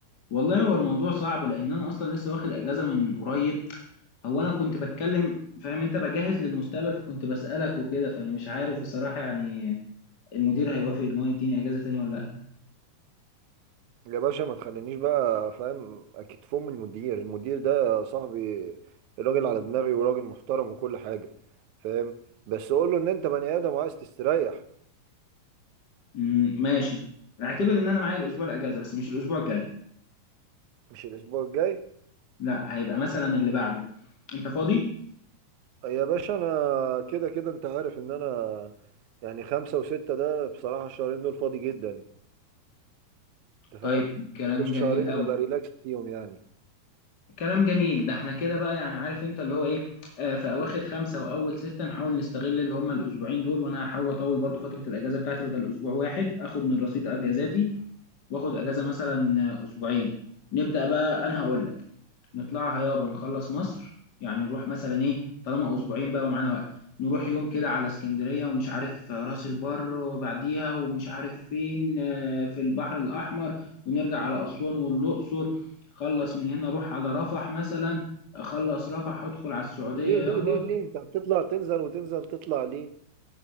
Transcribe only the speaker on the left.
والله هو الموضوع صعب لان انا اصلا لسه واخد اجازه من قريب هو انا كنت بتكلم فاهم انت بجهز للمستقبل فكنت بسالك وكده فانا مش عارف بصراحه يعني المدير هيوافق ان هو يديني اجازه تاني ولا لا
أمم، ماشي اعتبر ان انا معايا الاسبوع الاجازه بس مش الاسبوع الجاي
لا هيبقى مثلا اللي بعده انت فاضي
طيب
كلام
جميل قوي
كلام جميل ده احنا كده بقى يعني عارف انت اللي هو ايه آه في اواخر خمسة واول ستة نحاول نستغل اللي هما الاسبوعين دول وانا هحاول اطول برضو فترة الاجازة بتاعتي بدل اسبوع واحد اخد من رصيد اجازاتي واخد اجازه مثلا اسبوعين نبدا بقى انا هقول لك نطلعها يابا نخلص مصر يعني نروح مثلا ايه طالما اسبوعين بقى ومعانا وقت نروح يوم كده على اسكندريه ومش عارف راس البر وبعديها ومش عارف فين آه، في البحر الاحمر ونرجع على اسوان والاقصر خلص من هنا روح على رفح مثلا خلص رفح ادخل على السعوديه
يابا